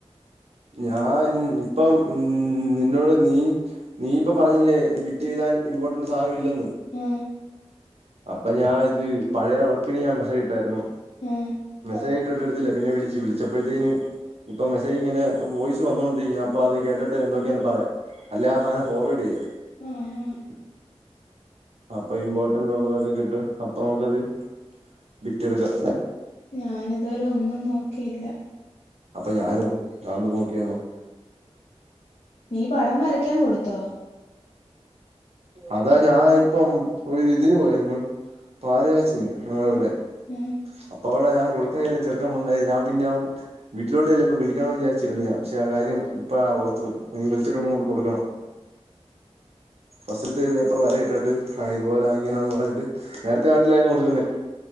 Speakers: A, on the right (about 65°); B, on the left (about 70°).
A: ഞാൻ ഇപ്പം ഉ നിന്നോട് നീ നീയിപ്പ പറഞ്ഞില്ലേ ബിറ്റ് ചെയ്താൻ ഇമ്പോർട്ടന്റ് സാധനം ഇല്ലെന്ന്
B: ആ
A: അപ്പൊ ഞാൻ ഇത് പഴയ റെപ്പിന് ഞാൻ മെസ്സേജ് ഇട്ടാരുന്നു
B: ആ
A: മെസ്സേജ് ഇട്ടിട്ട് എടുത്തില്ല പിന്നെ വിളിച്ചു വിളിച്ചപ്പോഴത്തെന് ഇപ്പൊ മെസ്സേജ് ഇങ്ങനെ വോയിസ് വന്നോണ്ട് ഞാൻ അപ്പൊ അത് കേട്ടിട്ട് എന്തൊക്കെയാന്ന് പറയാം അല്ല ആ സാധനം ഫോർവേഡ് ചെയ്യാം <inaudible>
B: ആ ആ
A: അപ്പൊ ഇമ്പോർട്ടൻ്റുള്ളതൊക്കെ കിട്ടും അപ്പൊ നമുക്കത്‌വി റ്റെടുക്കാം
B: ഞാനിതുവരെ ഒന്നും നോക്കിയില്ല
A: അപ്പൊ ഞാനും ഞാനും നോക്കിയന്നോ
B: നീ പടം വരയ്ക്കാൻ കൊടുത്തോ
A: അതാ ഞാനിപ്പം ഒരു ഇതിന് പോയിരുന്നു പാലുകാച്ചിന് ആ ഇവിടെ
B: ഉം ഉം
A: അപ്പ അവിടെ ഞാൻ കൊടുക്കായിരുന്നു ചെറക്കൻ വന്നെ ഞാ പിന്നെ വീട്ടിലോട്ട് ചെല്ലുമ്പം വിളിക്കണവെന്ന് വിചാച്ചിരുന്നയാപക്ഷേ ആ കാര്യം ഇപ്പയ ഓർത്തത് നീ വിളിച്ചിട്ടൊന്ന് കൊടുക്കണം ഫസ്റ്റിലത്തെ ഒരു പേപ്പർ വര ഇട്ടിട്ട് ആ ഇതുപോലെ ഇങ്ങനാന്ന് പറഞ്ഞിട്ട് നേരത്തെ <unintelligible> കൊടുക്കുന്നത്